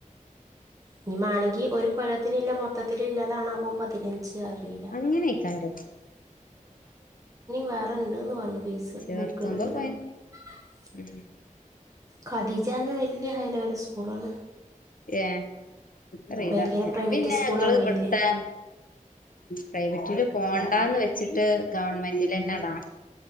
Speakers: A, on the right; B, on the left.
A: ഇനിമാണെങ്കി ഒരു കൊലത്തിന് ഇല്ല മൊത്തത്തി ഇല്ലാതാണാവോ പതിനഞ്ച് അറിയില്ല
B: അങ്ങനെക്കാരം
A: വേറെണ്ട്ന്ന് പറഞ്ഞു. ഫീസ്
B: ചേർത്തുമ്പോ
A: ബുക്ക് <unintelligible>
B: പൈ ഉം ഉം
A: ഖതിജന്ന് വലിയ ഹൈ ലെവൽ സ്കൂളണ്
B: ഏ അറിയില്ല
A: ഭയങ്കര
B: ഞാൻ
A: പ്രൈവറ്റ്
B: പിന്നെ
A: സ്കൂളാണ്
B: ഞങ്ങള് ഇവിടുത്തെ
A: വലിയ
B: പ്രൈവറ്റില് പോണ്ടാന്ന് വെച്ചിട്ട് ഗവൺമെന്റി തന്നെ ഡ